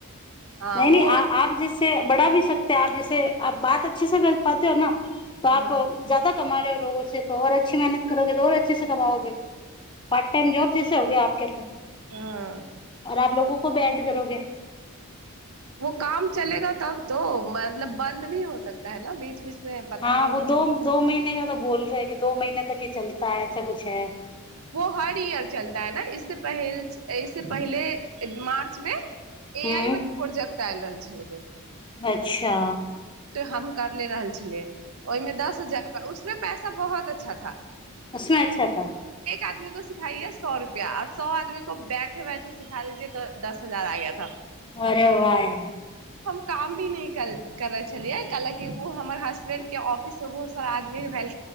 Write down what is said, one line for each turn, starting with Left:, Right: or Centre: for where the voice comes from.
Right: हाँ
Left: नहि
Right: वो
Left: नहि आप जस बढ़ा भी सकतै आ जैसे आ बात अच्छे से कर पाते हो ने आप
Right: ह
Left: ज्यादा कमाे से आ अच्छी मेहनत करोगे तो अच्छे से कमाओगे पार्ट टाइम जॉब जे हो गया आपके तो
Right: ह
Left: आओर आपलोगो को बैठ करोगे
Right: वो काम चलेगा तब तो मतलब बन्द भी हो सकता है न बीच बीच में पता
Left: हँ
Right: नहीं
Left: वो दो
Right: चल
Left: दो महीने क तऽ बोल रहेै कि दो महीने तक के चलता है ऐसा कुछ है
Right: वो हर ईयर चलता है न इसस प इस पहिले मार्च मे ए
Left: हम्म
Right: आइ वाला प्रोजेक्ट आएल रहल छैलेक
Left: अच्छा
Right: हम करले रहल छलियै ओहिमे दस हजार रुपआ उसमे पैसा बहुत अच्छा था
Left: उसमे अच्छा था
Right: आदमी को सिखाइए सए रुपआ आर सए आदमी को बैठे बैठे सिखा दीजे त दस हजार आ गाथ
Left: अरे भाई
Right: काम भी नहि करै छलियै कैलकि ओ हमर हसबेंड के ऑफिस मे बहुत सारा आदमी भेल